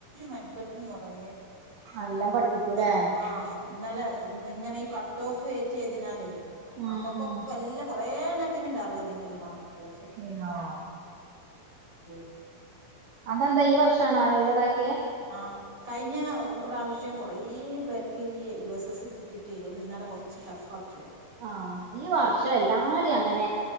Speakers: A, on the right (about 35°); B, on the right (about 65°).
A: മെനെക്കെട്ടിന് കുറേ
B: <unintelligible> പഠിപ്പിക്കൂലേ
A: ശെ ആഹ് ഇന്നലെ നിങ്ങനെ ഈ കട്ട് ഓഫ് കയറ്റിയതിനാൽ
B: ഉം
A: ഒക്കൊക്കൊക്ക
B: ഉം
A: എല്ലാം കൊ റെഎണത്തിനുണ്ട് അറുവധതി മല മാറ്
B: അയ്യോ
A: <unintelligible> <unintelligible>
B: അതെന്താ ഈ വർഷണഴുതായി
A: ആഹ് കഴിഞ്ഞ പ്രാവശ്യം കുറേ പേർക്ക് ഈ യു എസ് എസ് കിട്ടിയിട്ടേഓല ഇന്നാടെ കുറച്ച് ടഫ് ആ
B: ആഹ് ഈ വർഷം എല്ലാരിം അങ്ങനെ